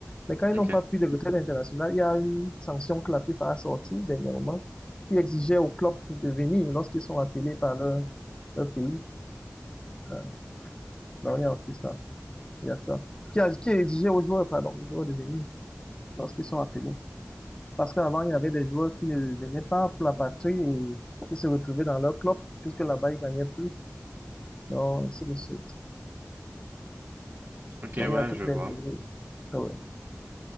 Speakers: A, on the left; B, on the right.
A: Mais quand ils
B: Ok.
A: n'ont pas pris de retraite internationale, il y a une sanction que la FIFA a sortie dernièrement qui exigeait aux clubs de venir lorsqu'ils sont appelés par leur, leur pays. Euh, non, il y a aussi ça. Il y a ça. Qui, a- qui exigeait aux joueurs, pardon, aux joueurs de venir lorsqu'ils sont appelés. Parce qu'avant, il y avait des joueurs qui ne venaient pas pour la patrie et qui se retrouvaient dans leur club puisque là-bas, ils gagnaient plus. Donc, ainsi de suite.
B: Ok, ouais,
A: Moya toutes
B: je vois.
A: les minutes. Ah ouais.